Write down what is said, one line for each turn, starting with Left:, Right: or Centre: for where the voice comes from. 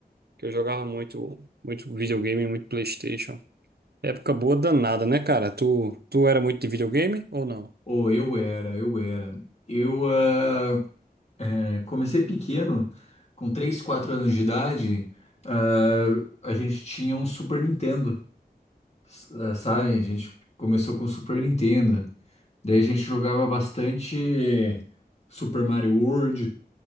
Right: que eu jogava muito, muito videogame, muito PlayStation. Época boa danada, né, cara? Tu, tu era muito de videogame ou não?
Left: Oh, eu era, eu era. Eu ah, é, comecei pequeno, com 3, 4 anos de idade, ah, a gente tinha um Super Nintendo, s- ah, sabe? A gente começou com o Super Nintendo. Daí a gente jogava bastante Super Mario World,